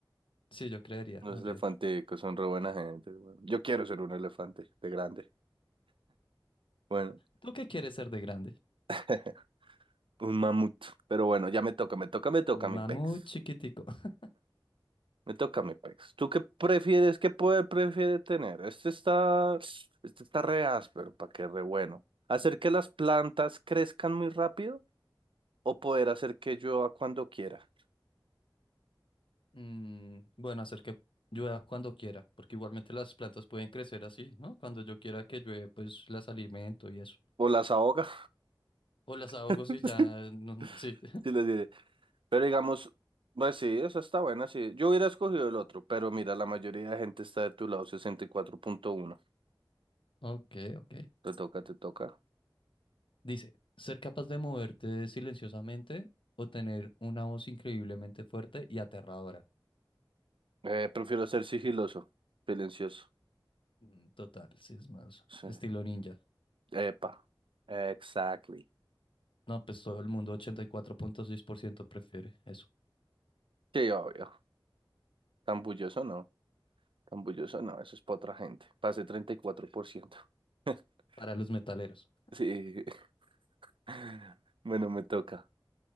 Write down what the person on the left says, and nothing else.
Sí, yo creería,
más
bien.
¿Tú qué quieres ser de grande?
Un
mamut
chiquitico. <laughs>
Mm, bueno, hacer que llueva cuando quiera, porque igualmente las plantas pueden crecer así, ¿no? Cuando yo quiera que llueve, pues las alimento y eso.
O las ahogo
si ya... no- sí.
<laughs> Ok, ok.
Dice, ser capaz de moverte silenciosamente o tener una voz increíblemente fuerte y aterradora.
Mm, Total, sí, es más
estilo ninja.
No, pues todo el mundo, ochenta y cuatro punto seis por ciento prefiere eso.
Para los metaleros.